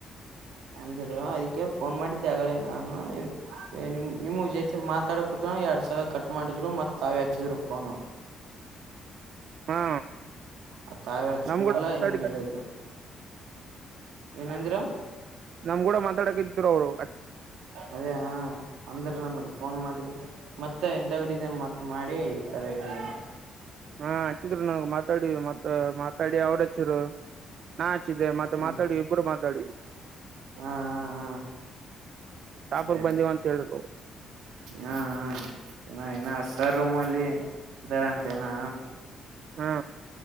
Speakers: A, on the right (about 80°); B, on the right (about 65°).
A: ಎಂದರು ಅದಕ್ಕೆ ಫೋನ್ ಮಾಡಿದ್ದೆ ಅಗೆ ನಾನು ನಿಮ ನಿಮ ಜೊತೆ ಮಾತಾಡಕುದ್ ಎರಡ್ ಸಲ ಕಟ್ ಮಾಡಿದ್ರು ಮತ್ ತಾವೇ ಹಚ್ಚಿದ್ರು ಫೋನು
B: ಹಾ
A: ಆ ತಾವೇ ಹಚ್ಚಿದ
B: ನಮ್
A: ಮಲ
B: ಕೂಡ ಮಾತಾಡಿ
A: ಹಿಂಗಗೆ ಹೇಳಿದ್ರು ಏನಂದ್ರ
B: ನಮ್ ಕೂಡ ಮಾತಾಡ ್ರ ಅವರು
A: ಅದೇ ಅಂದ್ರ ನನ್ಗೆ ಫೋನ್ ಮಾಡಿದ್ದ ಮತ್ತ ಎಂದಡ ಮ ಮಾಡಿ ಈ ತರ ಹೇಳ
B: ಹಾ ಹಚ್ಚಿದ್ರು ನನ್ಗ್ ಮಾತಾಡ ಮತ್ತ ಮಾತಾಡಿ ಅವ್ರ ಹಚ್ಚಿದ್ರು ನಾ ಹಚ್ಚಿದ್ದೆ ಮತ್ತೆ
A: ಹ್ಮ್
B: ಮಾತಾಡಿ ಇಬ್ರು ಮಾತಾಡ
A: ಹಾ ಹಾ ಹಾ
B: ಶಾಪುರ್
A: ಅೇ
B: ಬಂದಿವ ಅಂತ ಹೇಳಿದ್ರು
A: ಹಾ ಹಾ ಚ ಸ ರೂಮ್ ಅಲ್ಲಿ ಇದರಂತೆೇನಾ
B: ಹಾ